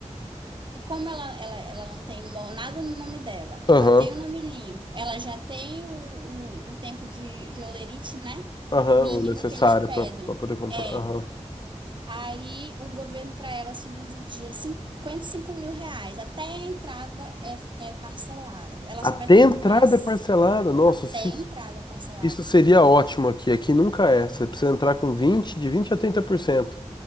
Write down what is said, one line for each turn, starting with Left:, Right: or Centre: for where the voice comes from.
Right: como ela, ela, ela não tem mo- nada no nome dela,
Left: Aham.
Right: ela tem o nome limpo, ela já tem o, o, o tempo de, de holerite, né?
Left: Aham.
Right: Mínimo
Left: O necessário
Right: que eles pedem.
Left: para poder comprar.
Right: É.
Left: Aham.
Right: Aí o governo para ela subsidia 55 mil reais. Até a entrada é, é parcelado. Ela
Left: Até
Right: só vai ter
Left: entrada
Right: que dar s-
Left: é parcelada. Nossa,
Right: até
Left: se isso,
Right: a entrada parcelado.
Left: isso seria ótimo aqui. Aqui nunca é. Você precisa entrar com vinte de 20 a 30%